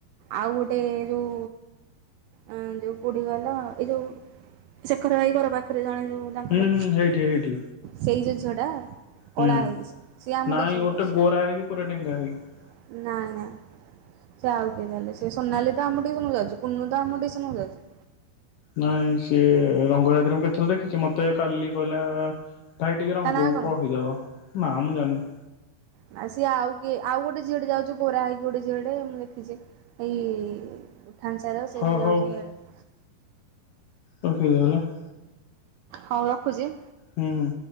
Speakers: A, on the right; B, on the left.
A: ଆଉ ଗୋଟେ ଯୋଉ ଆ ଯୋଉ କୋଉଠି କହିଲ? ଏଇ ଯୋଉ ଶେଖର ଭାଇ ଘର ପାଖରେ ଜଣେ ଯୋଉ ତାଙ୍କର
B: ହୁଁ ହୁଁ ହେଇଠି ହେଇଠି
A: ସେଇ ଯୋଉ ଝିଅଟା? କଳା
B: ହୁଁ।
A: ହେଇକି ସିଏ। ସିଏ ଆମ
B: ନାଇଁ
A: ଟିଉସନ୍
B: ଗୋଟେ
A: କୁ ଆସେ।
B: ଗୋରା ହେଇକି ପୁରା ଡେଙ୍ଗା ହେଇକି।
A: ନାଇଁ ନାଇଁ। ସେ ଆଉ କିଏ ତାହେଲେ। ସେ ସୋନାଲି ତ ଆମ ଟ୍ୟୁସନକୁ ଯାଉଛି। କୁନୁ ତ ଆମ ଟ୍ୟୁସନକୁ ଯାଉଛି।
B: ନାଇଁ ସିଏ ରଙ୍ଗ ସାଥିରେ ମୁଁ କେତେଥର ଦେଖିଛି। ମୋତେ କାଲି କହିଲା ଭାଇ ଟିକେ ରଙ୍ଗକୁ
A: ତା ନାଁ କଣ?
B: କହିଦବ। ନା ମୁଁ ଜାଣିନି।
A: ନା ସିଏ ଆଉ କିଏ? ଆଉ ଗୋଟେ ଝିଅଟେ ଯାଉଛି ଗୋରା ହେଇକି ଗୋଟେ ଝିଅଟେ ମୁଁ ଦେଖିଛି। ଏଇ ଉଠାନ୍ ସାହି ର ସେ
B: ହଁ
A: ବି ଯାଉଛି
B: ହଉ
A: ଇଆଡେ।
B: ରଖେ ଯ ହେଲା <unintelligible>
A: ହଉ ରଖୁଛି।
B: ହୁଁ ହୁଁ।